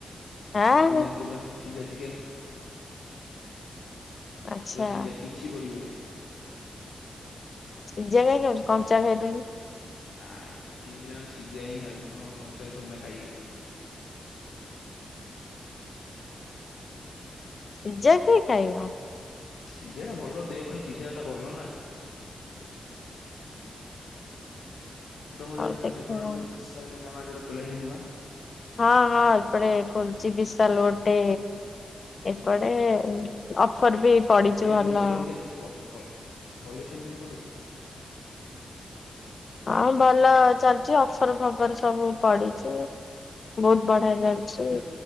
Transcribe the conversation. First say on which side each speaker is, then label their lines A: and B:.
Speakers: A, on the left; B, on the left.
A: ଆଁ
B: ବିନା ତେଲ ସିଝା ଚିକେନ୍।
A: ଆଚ୍ଛା
B: ପୁରା ସିଝା କିଛି ପଡିବନି।
A: ସିଝା କାହିଁ ଖାଉଚୁ କଞ୍ଚା ଖାଇ ଦଉନୁ?
B: ନାଇଁ ଜିମ ପିଲାମାନେ ସିଝା ହିଁ ଖାଆନ୍ତି। କଣ କଞ୍ଚା ଥୋଡି ନା ଖାଇବେ?
A: ସିଝା କିଏ ଖାଇବ?
B: ସିଝା ଟା ଭଲ ଦେହ ପାଇଁ ସିଝା ଟା ଭଲ ନା। ଆଉ ତମର
A: ହଉ
B: ଏପଟ
A: ଦେଖିବା
B: ସେପଟରେ କଣ ବିଶାଲ ମେଗା ମାର୍ଟ ଗୋଟେ ଖୋଲାହେଇଛି ନୂଆ?
A: ହଁ ହଁ ଏପଟେ ଖୋଲଚି ବିିସାଲ ଗୋଟେ। ଏପଟେ ଅଫର ବି। ପଡିଛି
B: କେମିତି
A: ଭଲ
B: କଣ କଲେକ୍ସନ କେମିତି କ-କ-କଲେକ୍ସନ କେମିତି କଣ ରହୁଛି?
A: ହଁ ଭଲ ଚାଲିଛି ଅଫର ଫଫର ସବୁ ପଡିଛି ବହୁତ ବଢିଆ ଲାଗୁଛି।
B: ସେ